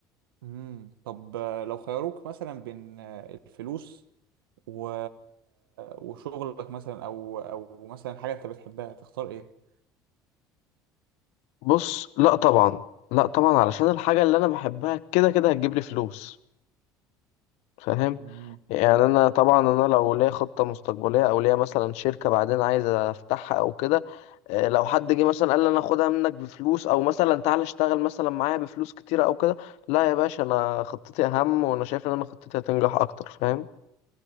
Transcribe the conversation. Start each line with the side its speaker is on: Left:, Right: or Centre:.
Right: امم طب آه، لو خيروك مثلا بين آه، الفلوس و... وشغلك مثلا او او مثلا حاجة انت بتحبها تختار ايه
Left: بص لا طبعا لا طبعا علشان الحاجة اللي أنا بحبها كده كده هتجيب لي فلوس فاهم
Right: امم
Left: يعني أنا طبعا أنا لو ليا خطة مستقبلية أو ليا مثلا شركة بعدين عايز أفتحها أو كده آه، لو حد جه مثلا قال لي أنا أخدها منك بفلوس أو مثلا تعالى اشتغل مثلا معايا بفلوس كتيرة أو كده لا يا باشا أنا خطتي أهم وأنا شايف إن أنا خطتي هتنجح أكتر فاهم